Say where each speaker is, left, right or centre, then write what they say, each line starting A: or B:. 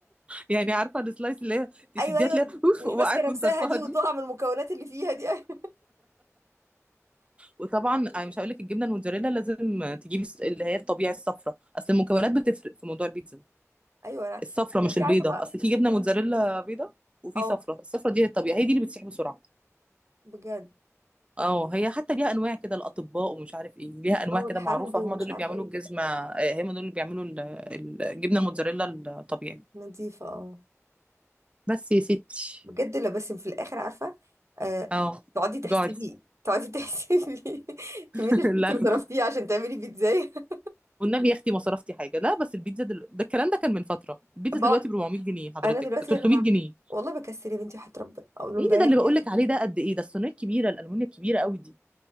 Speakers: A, on the right; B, on the right.
A: يعني عارفه السلايس اللي هي
B: <laughs>
A: تشديها
B: ايوه ايوه
A: تلاقيها
B: اللي
A: اوف
B: مش
A: وقعت
B: ماسكه
A: من
B: نفسها
A: طرفها
B: دي وتقع
A: دي
B: من المكونات اللي فيها دي <laughs> ايوه
A: وطبعا انا مش هقول لك الجبنه الموتزاريلا لازم تجيبي الس- اللي هي الطبيعي الصفرا اصل المكونات بتفرق في موضوع البيتزا ده.
B: ايوه انا
A: الصفرا
B: بس
A: مش
B: انت
A: البيضه
B: عارفه بقى
A: اصل في جبنه موتزاريلا بيضه وفي
B: اه
A: صفرا الصفرا دي هي الطبيعي هي دي اللي بتسيح بسرعه
B: بجد
A: اه هي حتى ليها انواع كده الاطباء ومش عارف ايه ليها انواع
B: اه
A: كده
B: الحمد
A: معروفه
B: ومش
A: هم دول اللي
B: عارفه
A: بيعملوا
B: ايه
A: الجزمه
B: كده
A: آه، هم دول اللي بيعملوا ال- الجبنه الموتزاريلا الطبيعي
B: نظيفه اه
A: بس يا ستي
B: بجد لا بس في الاخر عارفه آه
A: اه
B: تقعدي تحسبي
A: جوعت
B: تقعدي تحسبي <laughs> كميه
A: <laughs>
B: الفلوس
A: لا
B: اللي صرفتيها عشان تعملي بيتزاية <laughs>
A: والنبي يا اختي ما صرفتي حاجه لا بس البيتزا دل... ده الكلام ده كان من فتره البيتزا
B: بقعد
A: دلوقتي ب 400 جنيه حضرتك
B: انا دلوقتي
A: ب 300
B: انا بقى
A: جنيه
B: والله بكسل يا بنتي وحياة ربنا اقول لهم
A: ايه
B: بس
A: ده ده اللي بقول لك عليه ده قد ايه ده الصينيه الكبيره الالومنيا الكبيره قوي دي